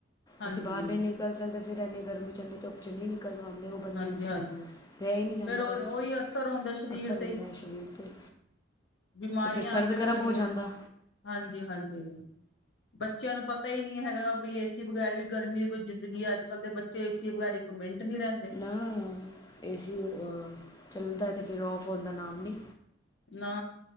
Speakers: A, on the left; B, on the left.
A: ਹਾਂਜੀ
B: ਅਸੀਂ ਬਾਹਰ ਨਹੀਂ ਨਿਕਲ ਸਕਦੇ ਫ਼ਿਰ ਇੰਨੀ ਗਰਮੀ ਚ ਨੀ ਧੁੱਪ ਚ ਨ ਨਹੀਂ ਨਿਕਲ ਉਂਦੇ ਬੰਦੇ
A: ਹਾਂਜੀ
B: ਨੂੰ ਫਿਰ
A: ਹਾਂਜੀ
B: ਰਹਿ ਹੀ ਨਹੀਂ ਜਾਂਦਾ
A: ਫਿਰ ਉਹ
B: ਉਹਦੇ
A: ਉਹੀ ਅਸਰ ਹੁੰਦਾ ਸਰੀਰ
B: ਅਸਰ ਹੁੰਦਾ
A: ਤੇ ਹੀ,
B: ਹੈ ਸਰੀਰ 'ਤੇ
A: ਬਿਮਾਰੀਆਂ
B: ਅਤੇ ਫਿਰ ਸਰਦ
A: ਆਪੇ ਲਗਣੀਆਂ,
B: ਗਰਮ ਹੋ ਜਾਂਦਾ
A: ਹਾਂਜੀ, ਹਾਂਜੀ। ਬੱਚੇਆਂ ਨੂ ਪਤਾ ਈ ਨੀ ਹੈਗਾ ਬਈ ਏਸੀ ਬਗੈਰ ਵੀ ਗਰਮੀ ਦੀ ਕੋਈ ਜਿੰਦਗੀ ਅਜ ਕਲ ਦੇ ਬ ਬੱਚੇ ਏਸੀ ਬਗੈਰ ਇਕ ਮਿੰਟ ਨੀ ਰੈਂਦ
B: ਨਾ, ਏਸੀ ਅ ਚੱਲਦੈ ਤੇ ਫੇਰ ਔਫ਼ ਹੋਨ ਦਾ ਨਾਮ ਨੀ।
A: ਨਾ।